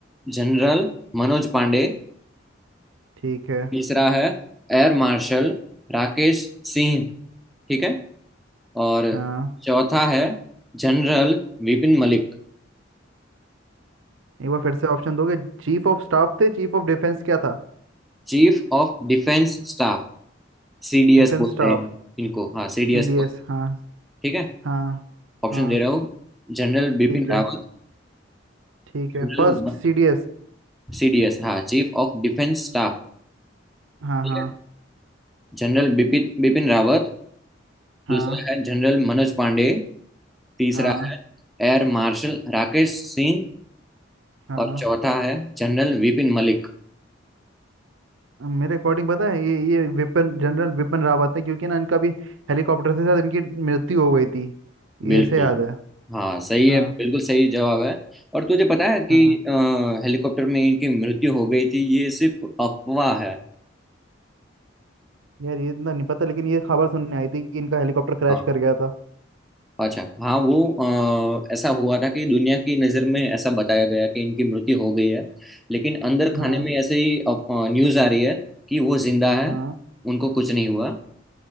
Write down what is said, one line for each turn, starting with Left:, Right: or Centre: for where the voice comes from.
Centre: जनरल मनोज पांडे
Right: ठीक है
Centre: तीसरा है एयर मार्शल राकेश सिंह ठीक है और
Right: हाँ
Centre: चौथा है general Vipin Malik
Right: एक बार फिर से ऑप्शन दोगे चीफ ऑफ स्टाफ थे चीफ ऑफ डिफेंस क्या था
Centre: Chief of defence staff CDS
Right: Defence
Centre: बोलते
Right: staff
Centre: हैं इनको हाँ सीडीएस
Right: सीडीएस
Centre: बोलते
Right: हाँ
Centre: हैं ठीक है
Right: हाँ
Centre: ऑप्शन
Right: हाँ
Centre: दे रहा हूँ General Bipin
Right: ठीक है
Centre: Rawat
Right: ठीक है
Centre: General
Right: फर्स्ट सीडीएस
Centre: CDS हाँ चीफ ऑफ डिफेंस स्टाफ
Right: हाँ
Centre: ठीक
Right: हाँ
Centre: है जनरल बिपिन बिपिन रावत
Right: हाँ
Centre: दूसरा है जनरल मनोज पांडे तीसरा
Right: हाँ
Centre: है एयर मार्शल राकेश सिंह
Right: हाँ
Centre: और चौथा है जनरल विपिन मलिक
Right: मेरे अकॉर्डिंग पता है ये ये विपिन जनरल विपिन रावत है क्योंकि ना इनका भी हेलीकॉप्टर से शायद इनकी मृत्यु हो गई थी
Centre: बिल्कुल
Right: ये से याद है
Centre: हाँ सही
Right: हाँ
Centre: है बिल्कुल सही जवाब है और तुझे पता है कि
Right: हाँ
Centre: अ, हेलीकॉप्टर में इनकी मृत्यु हो गई थी ये सिर्फ अफवाह है
Right: यार ये इतना नहीं पता लेकिन ये खबर सुनने आई थी कि इनका हेलीकॉप्टर क्रैश
Centre: हाँ
Right: कर गया था
Centre: अच्छा हाँ वो अ, ऐसा हुआ था कि दुनिया की नज़र में ऐसा बताया गया कि इनकी मृत्यु हो गई है लेकिन अंदर
Right: हाँ
Centre: खाने में ऐसे ही न्यूज़ आ रही है कि वो जिंदा है
Right: हाँ
Centre: उनको कुछ नहीं हुआ